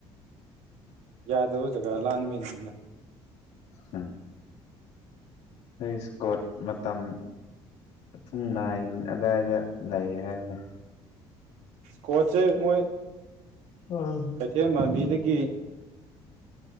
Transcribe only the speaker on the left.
ꯎꯝ ꯑꯩ ꯏꯁ꯭ꯀꯣꯔꯠ ꯃꯇꯝ ꯄꯨꯡ ꯏ ꯑꯗꯨꯋꯥꯏꯗ ꯂꯩ ꯍꯥꯏꯕꯗ
ꯎꯝ